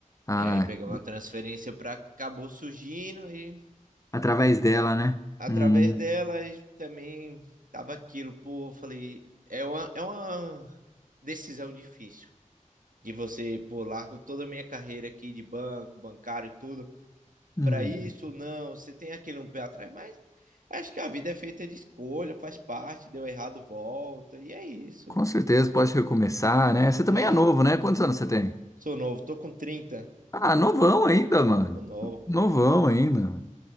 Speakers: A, on the left (about 25°); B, on the right (about 85°).
A: Ah,
B: E aí pegamos uma transferência para acabou surgindo e
A: através dela, né?
B: através
A: Uhum.
B: dela a gente também tava aquilo, pô, falei, é uma, é uma decisão difícil de você, pô, largo toda a minha carreira aqui de banco, bancário e tudo
A: Uhum.
B: para isso, não, você tem aquele um pé atrás, mas acho que a vida é feita de escolha, faz parte, deu errado, volta, e é isso.
A: Com certeza, pode recomeçar, né? Você também
B: É,
A: é novo,
B: então.
A: né? Quantos anos você tem?
B: Sou novo, tô com trinta
A: Ah, novão ainda, mano.
B: Tô novo,
A: Novão
B: pô.
A: ainda.